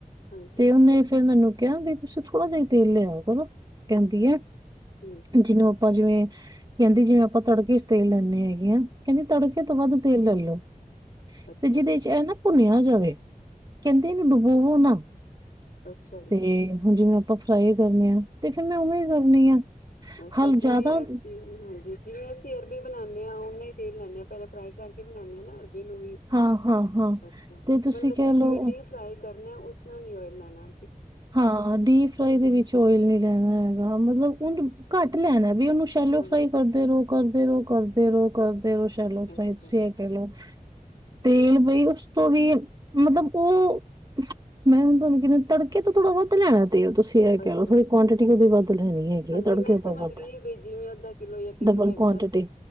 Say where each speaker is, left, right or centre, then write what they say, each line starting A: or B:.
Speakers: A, on the left; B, on the right.
A: ਹਾਂਜੀ
B: ਤੇ ਉਹਨੇ ਫੇਰ ਮੈਨੂੰ ਕਿਹਾ ਤੁਸੀਂ ਥੋੜਾ ਜਿਹਾ ਤੇਲ ਲਿਆ ਕਰੋ ਕਹਿੰਦੀ ਆ
A: ਹਮ
B: ਜਿਹ ਨੂੰ ਜਿਵੇਂ ਕਹਿੰਦੀ ਜਿਵੇਂ ਆਪਾਂ ਤੜਕੇ ਚ' ਤੇਲ ਲੈਂਦੇ ਹੈਗੇ ਆ ਕਹਿੰਦੀ ਤੜਕੇਆ ਤੋਂ ਵਦ ਤੇਲ ਲੈਲੋ
A: ਅੱਛਾ
B: ਤੇ ਜਿਹਦੇ
A: ਜੀ
B: ਚ' ਇਹ ਨਾ ਪੁੁਨਿਆ ਜਿਵੇ ਕਹਿੰਦੇ ਇਹ ਨੂੰ ਡੁਬੋਵੋ ਨਾ
A: ਅੱਛਾ ਜੀ
B: ਤੇ ਹੁਣ ਜਿਵੇਂ ਆਪਾਂ ਫਰਾਈ ਕਰਨੇ ਆ ਤੇ ਫਿਰ ਮੈਂ ਉਵੇਂ ਹੀ ਕਰਨੀ ਆ
A: ਅੱਜ
B: ਹਲ
A: ਕੱਲ ਜਿਵੇਂ
B: ਜ਼ਿਆਦਾ
A: ਅਸੀਂ ਮਨਾਦੇ ਆਂ ਜਿਵੇਂ ਅਸੀਂ ਅਰਬੀ ਬਣਾਨੇ ਉਹਨਾ ਹੀ ਤੇਲ ਲਾਨੇ ਆ ਪਹਿਲਾਂ ਫਰਾਈ ਕਰਕੇ ਬਣਾਨੇ ਹਾਂ ਨਾ ਅਰੀ ਉਹ ਨੂੰ ਵੀ
B: ਹਾਂ-ਹਾਂ-ਹਾਂ
A: ਅੱਛਾ
B: ਤੇ ਤੁਸੀਂ
A: ਮਤਲਬ
B: ਕਹਿ
A: ਕਿ
B: ਲਓ
A: ਜਿਵੇਂ ਡੀ ਫਰਾਈ ਕਰ <unintelligible> ਉਸ ਤਰਾ ਨੀ ਓਈਲ ਲਾਨਾ,
B: ਹਾਂ ਡੀਪ ਫਰਾਈ ਦੇ ਵਿੱਚ ਓਇਲ ਨਹੀ ਰਹਿਣਾ ਹੈਗਾ ਮਤਲਬ ਉਹਨੂ ਘੱਟ ਲੈਣਾ ਵੀ ਉਹਨੂੰ ਸ਼ੈਲੋ
A: ਹਾਂਜੀ
B: ਫਰਾਈ ਕਰਦੇ ਰਹੋ ਕਰਦੇ ਰਹੋ ਕਰਦੇ ਰਹੋ ਕਰਦੇ ਤੇਲ ਵਿੱਚ ਸੈਲੋ ਫਰਾਈ
A: ਅੱਛਾ
B: ਤੁਸੀਂ ਇਹ ਸੇਵ ਕਰ ਲਓ ਤੇਲ ਪਈ ਉਸ ਤੋਂ ਵੀ ਮਤਲਬ ਉਹ ਮੈਂ ਹੁਣ ਤੁਹਾਨੂੰ ਕਿਹ ਤੜਕਾ ਤੇਲ ਥੋੜਾ ਬਹੁਤ ਲੈਣਾ ਔ ਤੁਸੀਂ ਇਹ ਕਹਿ
A: ਅੱਛਾ
B: ਲਓ ਥੋੜੀ ਕੁਆਂਟਿਟੀ ਉਹਦੀ ਵੱਧ ਲੈਣੀ ਹੈਗੀ
A: ਹਾਂਜੀ
B: ਆ ਤੜਕੇ
A: ਮੈਂ
B: ਉਹ ਤੋਂ
A: ਸਮਝ
B: ਵੱਧ
A: ਗਈ ਵੀ ਜਿਵੇਂ ਅੱਧਾ ਕਿੱਲੋ ਜਾਂ ਕਿੱਲੋ
B: ਡਬਲ
A: ਹੈਗਾ
B: ਕੁਆਂਟਿਟੀ